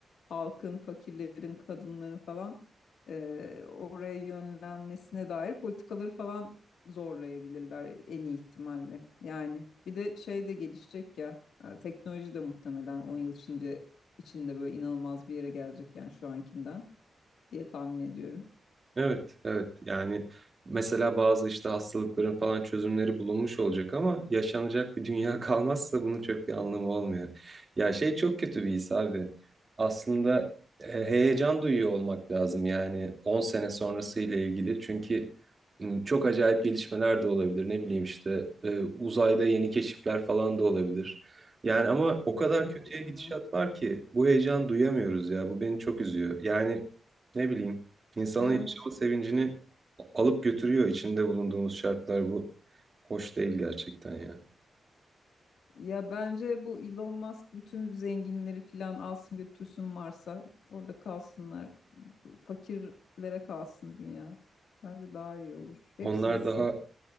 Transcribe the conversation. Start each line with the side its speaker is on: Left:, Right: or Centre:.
Left: halkın, fakirlerin, kadınların falan e, oraya yönlenmesine dair politikaları falan zorlayabilirler en iyi ihtimalle. Yani bir de şey de gelişecek ya. e, Teknoloji de muhtemelen 10 yıl içinde içinde böyle inanılmaz bir yere gelecek yani şu ankinden diye tahmin ediyorum.
Right: Evet, evet. Yani mesela bazı işte hastalıkların falan çözümleri bulunmuş olacak ama yaşanacak bir dünya <laughs> kalmazsa bunun çok bir anlamı olmuyor. Ya şey çok kötü bir his abi. Aslında e, heyecan duyuyor olmak lazım yani 10 sene sonrası ile ilgili. Çünkü e, çok acayip gelişmeler de olabilir. Ne bileyim işte e, uzayda yeni keşifler falan da olabilir. Yani ama o kadar
Left: Hmm.
Right: kötüye gidişat var ki bu heyecan duyamıyoruz ya. Bu beni çok üzüyor. Yani ne bileyim insanın
Left: Evet.
Right: yaşama sevincini alıp götürüyor içinde bulunduğumuz şartlar bu hoş değil gerçekten ya.
Left: Ya bence bu Elon Musk bütün zenginleri filan alsın götürsün Mars'a. Orada kalsınlar. Fakirlere kalsın dünya. Bence daha iyi olur. Hepsi
Right: Onlar
Left: gitsin.
Right: daha